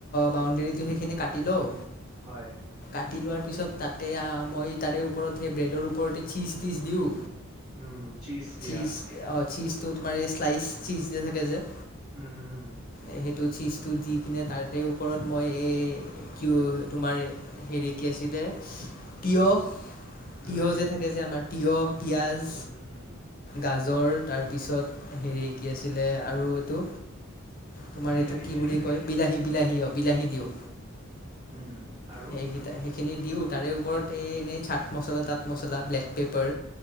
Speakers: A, on the left; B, on the right.
A: বাউণ্ডেৰীটো সেইখিনি কাটি লওঁ।
B: হয়।
A: কাটি লোৱাৰ পিছত তাত। তেতিয়া মই তাৰে ওপৰত সেই ব্ৰেডৰ ওপৰতে চীজ তিজ দিওঁ।
B: উম, চীজ দিয়া।
A: চিজ অ চিজ টো তোমাৰ স্লাইচ। চিজ যে থাকে যে।
B: হুম হুম হুম।
A: এ সেইটো। চীজটো দি কিনে তাতে ওপৰত মই এই কিউ তোমাৰ হেৰি কি আছিলে তিয়ঁহ
B: হুম,
A: তিয়ঁহ
B: হুম,
A: যে থাকে যে আমাৰ তিয়ঁহ পিয়াজ,
B: হুম, হুম, হুম,
A: গাজ জৰ, তাৰপিছত হেৰি কি আছিলে আৰু এইটো তোমাৰ
B: বিলাহী
A: এইটো কি
B: দিয়ে
A: বুলি
B: নে নাই?
A: কয় বিলাহী বিলাহী, অ', বিলাহী দিওঁ।
B: উম। আৰু?
A: হেইগিটাই, হেই খিনি দিওঁ। তাৰে ওপৰত এই এনেই চাটমছলা-তাটমছলা, ব্লেক পেপাৰ